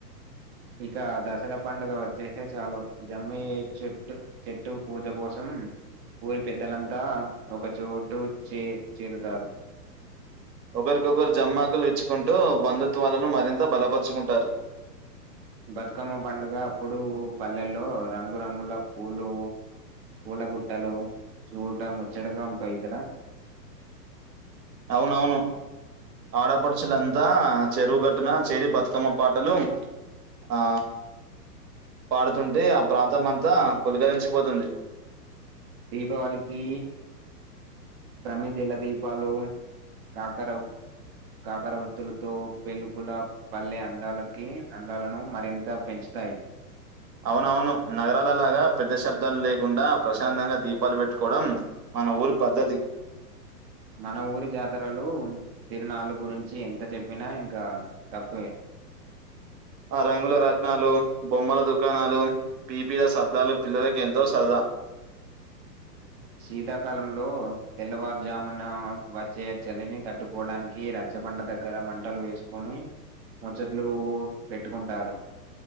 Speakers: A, on the right; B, on the right.
A: ఇక దసరా పండుగ వచ్చేసే చాలు జమ్మి చెట్టు చెట్టు పూజ కోసం ఊరి పెద్దలంతా ఒక చోటు చే చేరుతారు
B: ఒకరికొకరు జమ్మాకులు ఇచ్చుకుంటూ బంధుత్వాలను మరింత బలపరచుకుంటారు
A: బతుకమ్మ పండుగ అప్పుడు పల్లెల్లో రంగురంగుల పూలు పూల గుట్టలు చూడ ముచ్చడగా ఉంటాయి కదా
B: అవునవును ఆడపడుచులంతా చెరువుగట్టున చేరి బతుకమ్మ పాటలు ఆ పాడుతుంటే ఆ ప్రాంతం అంతా పులకరించిపోతుంది
A: దీపావళికీ ప్రమిదిల దీపాలు కాకరవ్ కాకర వత్తులతో పెలుపుల పల్లె అందాలకి అందాలను మరింత పెంచ్ తయ్
B: అవునవును నగరాలలాగా పెద్ద శబ్దాలు లేకుండా ప్రశాంతంగా దీపాలు పెట్టుకోవడం మన ఊరి పద్ధతి
A: మన ఊరి జాతరలు తిరునాళ్ళ గురించి ఎంత చెప్పినా ఇంకా తక్కువే
B: ఆ రంగుల రట్నాలు బొమ్మల దుకాణాలు పీపీల శబ్దాలు పిల్లలక ఎంతో సరదా
A: శీతాకాలంలో తెల్లవారుజామున వచ్చే చలిని తట్టుకోవడానికి రచ రచ్చబండ దగ్గర మంటలు వేసుకుని ముచ్చట్లు పెట్టుకుంటారు